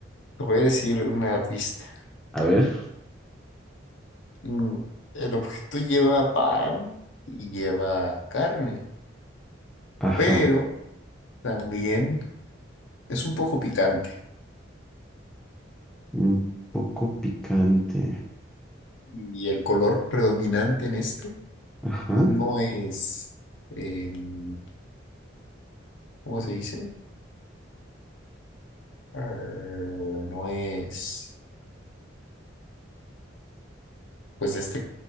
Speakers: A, on the left (about 75°); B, in the centre.
A: te voy a decir una pista.
B: A ver.
A: Mm, El objeto lleva pan y lleva carne,
B: Ajá,
A: pero también es un poco picante.
B: un poco picante.
A: Y el color predominante en este
B: Ajá,
A: no es, em, ¿cómo se dice? Ah, no es. pues este